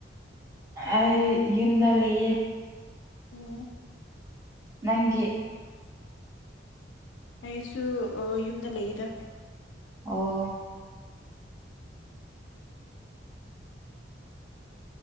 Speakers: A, on the right; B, on the left.
A: ꯑꯩ ꯌꯨꯝꯗ ꯂꯩꯌꯦ
B: ꯑꯣ
A: ꯅꯪꯒꯤ
B: ꯑꯩꯁꯨ ꯑꯣ ꯌꯨꯝꯗ ꯂꯩꯌꯤꯗ
A: ꯑꯣ